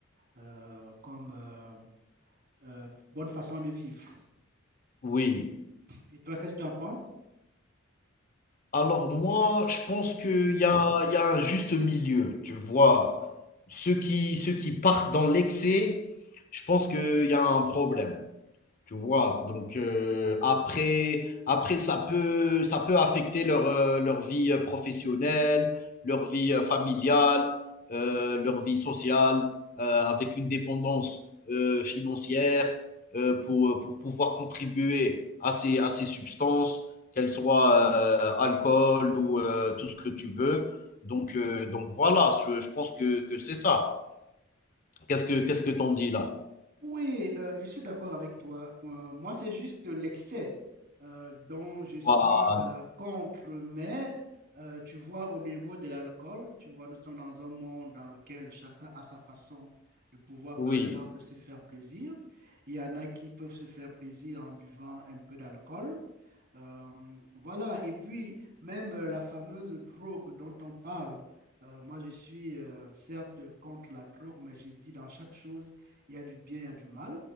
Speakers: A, on the right; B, on the left.
A: euh, comme euh, euh, bonne façon de vivre.
B: Oui.
A: Et toi, qu'est-ce que tu en penses?
B: Alors moi, je pense qu'il y a, il y a un juste milieu, tu vois. Ceux qui, ceux qui partent dans l'excès, je pense qu'il y a un problème. Tu vois? Donc heu, après après ça peut ça peut affecter leur, heu, leur vie, heu, professionnelle, leur vie, heu, familiale, heu, leur vie sociale, heu, avec une dépendance, heu, financière, heu, pour, euh, pour pouvoir contribuer à ces à ces substances, qu'elles soient, heu, alcool ou, heu, tout ce que tu veux. Donc heu, donc voilà, ce je pense que que c'est ça. Qu'est-ce que qu'est-ce que t'en dis là?
A: Oui, euh, je suis d'accord avec toi. Euh, moi, c'est juste l'excès euh, dont je suis
B: Voilà.
A: euh, contre, mais euh, tu vois, au niveau de l'alcool, tu vois, nous sommes dans un monde dans lequel chacun a sa façon de pouvoir,
B: Oui,
A: par exemple, se faire plaisir. Il y en a qui peuvent se faire plaisir en buvant un peu d'alcool. Euh, voilà, et puis même euh, la fameuse drogue dont on parle, euh, moi je suis euh, certes contre la drogue, mais j'ai dit dans chaque chose, il y a du bien, il y a du mal.